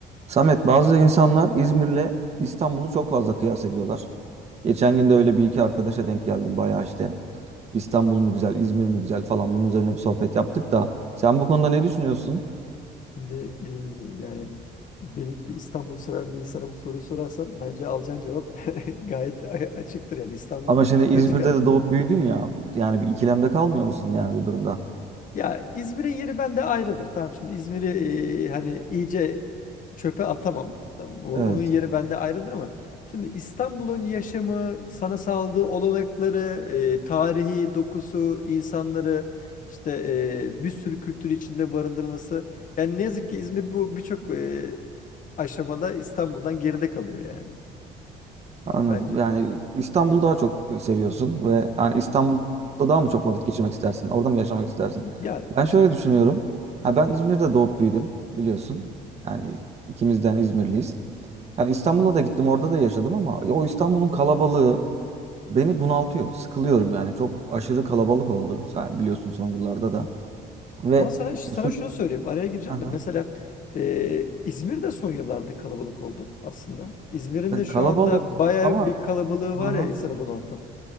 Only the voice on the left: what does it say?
Şimdi e, yani benim gibi İstanbul seven bir insana bu soruyu sorarsan bence alacağın cevap <laughs> gayet a- açıktır yani İstanbul
derim
açık ara.
Ya İzmir'in yeri bende ayrıdır. Tamam şimdi İzmir'i e, hani iyice çöpe atamam. Tamam, o-
onun yeri bende ayrıdır ama şimdi İstanbul'un yaşamı, sana sağladığı olanakları, e, tarihi dokusu, insanları işte e, bir sürü kültür içinde barındırması. Yani ne yazık ki İzmir bu birçok e, aşamada İstanbul'dan geride kalıyor yani
bence.
Ya
şimdi
Ama sana, sana
şunu söyleyeyim. Araya gireceğim
de. Mesela e, İzmir de son yıllarda kalabalık oldu aslında. İzmir'in
de şu
anda baya
bir kalabalığı
var
ya insanı bunaltan.